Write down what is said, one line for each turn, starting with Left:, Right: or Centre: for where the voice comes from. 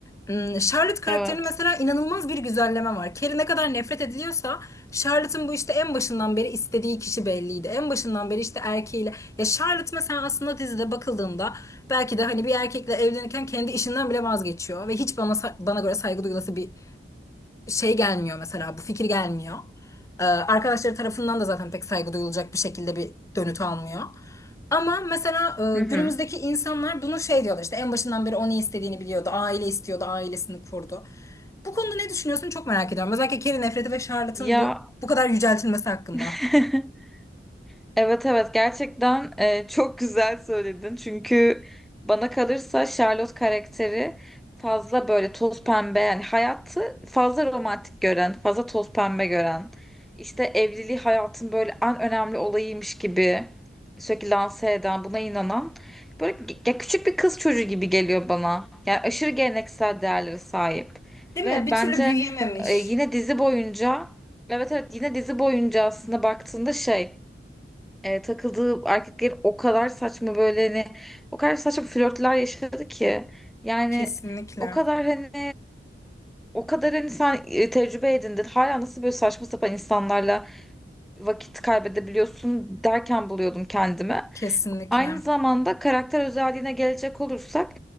Left: Hmm, Charlotte karakterinin
Centre: Evet.
Left: mesela inanılmaz bir güzelleme var. Carrie ne kadar nefret ediliyorsa Charlotte'ın bu işte en başından beri istediği kişi belliydi. En başından beri işte erkeğiyle. Ya Charlotte mesela aslında dizide bakıldığında belki de hani bir erkekle evlenirken kendi işinden bile vazgeçiyor ve hiç bana sa- bana göre saygı duyulası bir şey gelmiyor mesela bu fikir gelmiyor. Ee, arkadaşları tarafından da zaten pek saygı duyulacak bir şekilde bir dönüt almıyor. Ama mesela
Centre: Hı hı.
Left: e, günümüzdeki insanlar bunu şey diyorlar işte en başından beri o ne istediğini biliyordu. Aile istiyordu, ailesini kurdu. Bu konuda ne düşünüyorsun çok merak ediyorum. Özellikle Carrie nefreti ve Charlotte'ın
Centre: Ya
Left: bu bu kadar yüceltilmesi hakkında.
Centre: <laughs> Evet evet gerçekten e, çok güzel söyledin. Çünkü bana kalırsa Charlotte karakteri fazla böyle toz pembe yani hayatı fazla romantik gören, fazla toz pembe gören. İşte evliliği hayatın böyle en önemli olayıymış gibi sürekli lanse eden, buna inanan böyle ge- ya küçük bir kız çocuğu gibi geliyor bana. Yani aşırı geleneksel değerlere sahip.
Left: Değil
Centre: Ve
Left: mi? Bir
Centre: bence
Left: türlü büyüyememiş.
Centre: e, yine dizi boyunca Evet evet yine dizi boyunca aslında baktığında şey e, takıldığı erkekler o kadar saçma böyle hani o kadar saçma flörtler yaşadı ki yani
Left: Kesinlikle.
Centre: o kadar hani o kadar hani sen e, tecrübe edindin hala nasıl böyle saçma sapan insanlarla vakit kaybedebiliyorsun derken buluyordum kendimi.
Left: Kesinlikle.
Centre: Aynı zamanda karakter özelliğine gelecek olursak